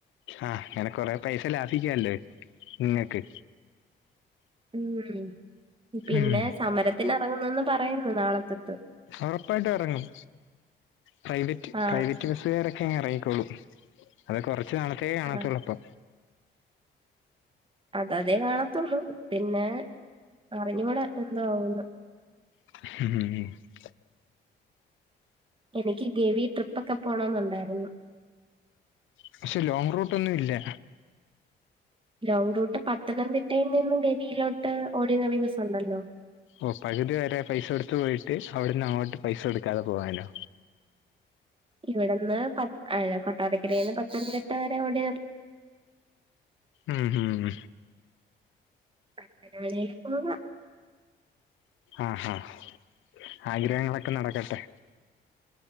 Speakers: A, on the left; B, on the right.
A: ആഹ് അങ്ങനെ കൊറെ പൈസ ലാഭിക്കല്ലോ നിങ്ങക്ക്.
B: ഉം പിന്നെ
A: ഉം
B: സമരത്തിന് ഇറങ്ങുന്നന്ന് പറയുന്നു നാളെത്തൊ
A: ഉറപ്പായിട്ട് ഇറങ്ങും പ്രൈവറ്റ്
B: ആ
A: പ്രൈവറ്റ്. മറ്റ് ബസ്സുകാരൊക്കെ ഇങ്ങ് ഇറങ്ങിക്കോളൂഠ അത് കുറച്ച് നാളത്തേ കാണത്തുള്ളൂപ്പൊ.
B: ആ അത് അതേ കാണത്തുള്ളൂ പിന്നെ അറിഞ്ഞു കൂട്ടാ എന്തോ ആവുന്ന്.
A: <unintelligible>
B: എനിക്ക് ഗവി ട്രിപ്പൊക്കെ പോണന്നുണ്ടായിരുന്നു.
A: പക്ഷെ ലോങ് റൂട്ടൊന്നും ഇല്ലെ.
B: ലൗറൂട്ട് പത്തനംതിട്ടയിൽ നിന്നും ഗവിയിലോട്ട് ഓർഡിനറി ബസ് ഉണ്ടല്ലാ.
A: ഓ പകുതി വരെ പൈസ കൊടുത്ത് പോയിട്ട് അവിടുന്ന് അങ്ങോട്ട് പൈസ കൊടുക്കാതെ പോവാനോ?
B: ഇവിടെന്ന് പ കൊട്ടാരക്കരെന്ന് പത്തനംതിട്ട വരെ ഓട
A: ഉം ഉം
B: അങ്ങനെ വേണേലും പോവാ
A: ആഹ് ആഹ് ആഗ്രഹങ്ങളൊക്കെ നടക്കട്ടെ